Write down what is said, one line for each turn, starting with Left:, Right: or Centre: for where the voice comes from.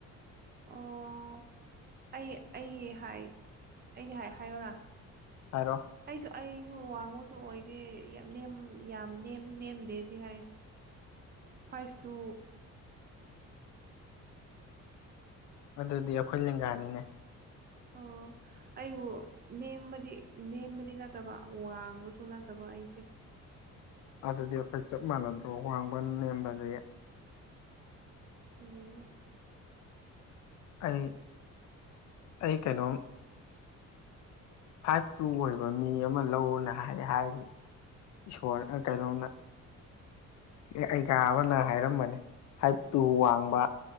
Right: ꯑꯣ ꯑꯩ ꯑꯩꯒꯤ ꯍꯥꯏ ꯑꯩꯒꯤ ꯍꯥꯏ ꯍꯥꯏꯌꯣꯔꯥ
Left: ꯍꯥꯏꯔꯣ
Right: ꯑꯩꯁꯨ ꯑꯩꯁꯨ ꯋꯥꯡꯃꯨꯁꯨ ꯑꯣꯏꯗꯦ ꯌꯥꯝ ꯅꯦꯝ ꯌꯥꯝ ꯅꯦꯝꯁꯨ ꯅꯦꯝꯗꯦꯗꯤ ꯍꯥꯏ ꯐꯥꯏꯚ ꯇꯨ
Left: ꯑꯗꯨꯗꯤ ꯑꯩꯈꯣꯏ ꯂꯦꯡꯒꯥꯅꯤꯅꯦ
Right: ꯑꯣ ꯑꯩꯕꯨ ꯅꯦꯝꯕꯗꯤ ꯅꯦꯝꯕꯗꯤ ꯅꯠꯇꯕ ꯋꯥꯡꯕꯁꯨ ꯅꯠꯇꯕ ꯑꯩꯁꯦ
Left: ꯑꯗꯨꯗꯤ ꯑꯩꯈꯣꯏ ꯆꯞ ꯃꯥꯟꯅꯗ꯭ꯔꯣ ꯋꯥꯡꯕ ꯅꯦꯝꯕꯗꯤ
Right: ꯎꯝ
Left: ꯑꯩ ꯑꯩ ꯀꯩꯅꯣꯝ ꯐꯥꯏꯚ ꯇꯨ ꯑꯣꯏꯕ ꯃꯤ ꯑꯃ ꯂꯧꯅ ꯍꯥꯏ ꯍꯥꯏꯔꯤ ꯏꯁꯣꯔꯅ ꯀꯩꯗꯧꯅ ꯑꯩ ꯀꯥ ꯑꯃꯅ ꯍꯥꯏꯔꯝꯕꯅꯤ ꯐꯥꯏꯚ ꯇꯨ ꯋꯥꯡꯕ